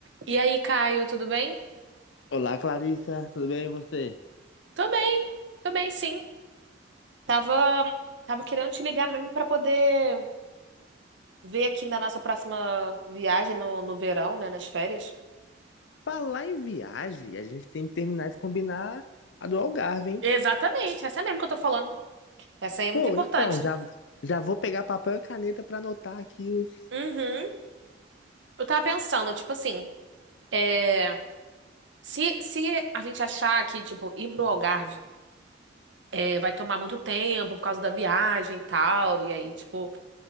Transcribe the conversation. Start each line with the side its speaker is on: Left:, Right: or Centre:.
Right: E aí, Caio, tudo bem?
Left: Olá, Clarissa, tudo bem e você?
Right: Tô bem, tô bem, sim. Tava, tava querendo te ligar mesmo pra poder ver aqui na nossa próxima viagem no, no verão, né, nas férias.
Left: Falar em viagem, a gente tem que terminar de combinar a do Algarve, hein?
Right: Exatamente, essa mesmo que eu tô falando. Essa aí é
Left: Pô,
Right: muito importante.
Left: então, já, já vou pegar papel e caneta pra anotar aqui os.
Right: Uhum. Eu tava pensando, tipo assim, é, se, se a gente achar que, tipo, ir pro Algarve é, vai tomar muito tempo por causa da viagem e tal, e aí, tipo,